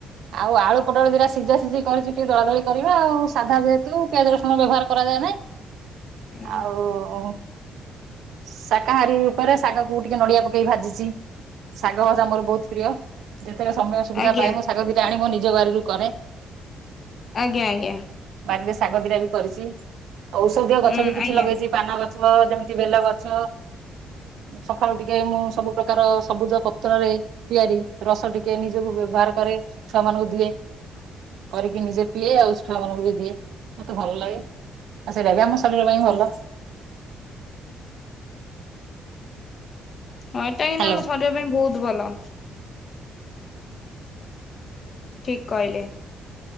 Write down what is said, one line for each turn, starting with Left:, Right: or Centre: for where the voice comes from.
Right: ଆଉ ଆଳୁ ପୋଟଳ ଦିଟା ସିଝା ସିଝି କରିଛି ଟିକେ ଦଳାଦଳି କରିବା ଆଉ ସାଧା ଯେହେତୁ। ପିଆଜ ରସୁଣ ବ୍ୟବହାର କରାଯାଏ ନାଇଁ
Left: ଆଜ୍ଞା
Right: ଆଉ ଶାକାହାରୀ ଉପରେ ଶାଗକୁ ଟିକେ ନଡିଆ ପକେଇକି ଭାଜିଛି ଶାଗ ଭାଷା ମୋର ବହୁତ ପ୍ରିୟ ଯେତେବେଳେ ସମୟ ସୁବିଧାଏ
Left: ଆଜ୍ଞା
Right: ମୁଁ ଶାଗ ଦିଟ ଆଣିବ ମୁ ନିଜ ବାରିରୁ କରେ।
Left: ଆଜ୍ଞା ଆଜ୍ଞା।
Right: ବାଡିରେ ଶାଗ ଦିରା ବି କରିଛି ଔଷଧୀୟ
Left: ହୁଁ
Right: ଗଛ ବି କିଛି
Left: ଆଜ୍ଞା।
Right: ଲଗେଇଛି। ପାନ ଗଛ ଯେମିତି ବେଲ ଗଛ ସକାଳୁ ଟିକେ ମୁଁ ସବୁ ପ୍ରକାର ସବୁଜ ପତ୍ରରେ ତିଆରି ରସ ଟିକେ ନିଜକୁ ବ୍ୟବହାର କରେ ଛୁଆ ମାନଙ୍କୁ ଦିଏ କରିକି ନିଜେ ପିଏ ଆଉ ଛୁଆ ମାନଙ୍କୁ ବି ଦିଏ ମତେ ଭଲ ଲାଗେ। ଆ ସେଇଟା ବି ଆମ ଶରୀର ପାଇଁ ଭଲ।
Left: ହଁ ଏଇଟା ହିଁ
Right: ହ୍ୟାଲୋ
Left: ଆମ ଶରୀର ପାଇଁ ବହୁତ ଭଲ। ଠିକ କହିଲେ